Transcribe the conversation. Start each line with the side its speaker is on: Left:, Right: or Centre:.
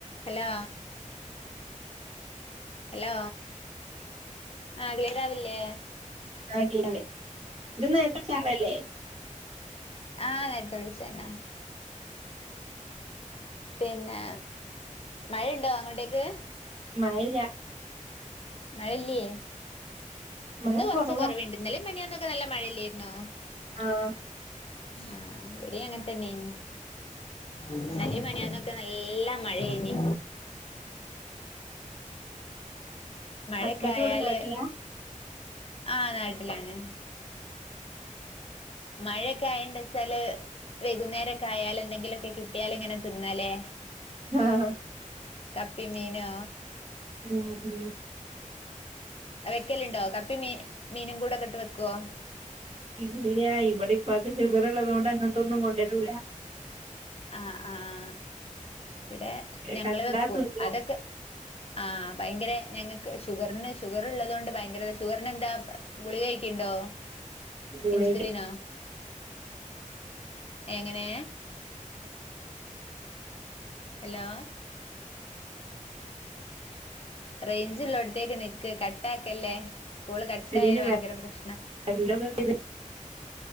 Left: ഹലോ ഹലോ ആ അഖലേറാവില്ലേ
Right: ആ ഇതൊന്ന നേരത്തെ വിചാളല്ലേ
Left: ആഹ് നേ നേരത്തെ വിളിച്ചന്നെ പിന്നെ മഴുണ്ടോ അങ്ങോട്ടേക്ക്
Right: മഴ ല്ല
Left: മഴല്ലേ
Right: മഴ
Left: ഇന്ന് കുറച്ച
Right: കൊറവാ
Left: കുറവേണ്ട ഇന്നലും മിനിയാന്നൊക്കെ നല്ല മഴയില്ലായിരുന്നോ
Right: ആഹ്
Left: ആഹ് എവിടെ അങ്ങനെ തന്നെനി ഇന്നല്ല മിനിയാന്നൊക്കെ നല്ല മഴയായ് നി മഴൊക്കെ
Right: ഹസ്ബൻഡ്
Left: ആയാല്
Right: ഇവിടെ നാട്ടിലാ
Left: ആ നാട്ടിലാണ് മഴയക്കെ ആയണ്ട ച്ചാല് വൈകുന്നേരൊക്കെ ആയാല ന്തെങ്കിലൊക്കെ കിട്ടിയാലിങ്ങനെ തിന്നാലേ
Right: ആഹ്
Left: കപ്പി മീനോ
Right: ഉം ഉം
Left: വെക്കലുണ്ടോ കപ്പി മീ മീനും കൂടെ ഒക്കെട്ട് വെക്കുവോ
Right: ഇല്ല ഇവിടെ ഇപ്പക്ക് ഷുഗർ ഉള്ളതുക കൊണ്ട് അങ്ങനത്തെന്നും കൊണ്ടുവരൂല
Left: ആ ആഹ് ഇവിടെ ഞങ്ങള്
Right: കണ്ടാ
Left: വെക്കും
Right: തിന്നും
Left: അതൊക്കെ ആഹ് ഭയങ്കര ഞങ്ങക്ക് ഷുഗറിന് ഷുഗർ ഉള്ളതുകൊണ്ട് ഭയങ്കര ഷുഗറിന് എന്താ ഗുളികഴിക്കുണ്ടോ
Right: ഗുളിക
Left: ഇൻസുലിനോ എങ്ങനെ ഹലോ റേഞ്ചിലോടുത്തേക്ക് നി ക കട്ടാക്കല്ലേ കോള്
Right: ഇൻസുലിന്
Left: കട്ടായ ഭയങ്കര പ്രശ്ന
Right: വെരലൊക്കെ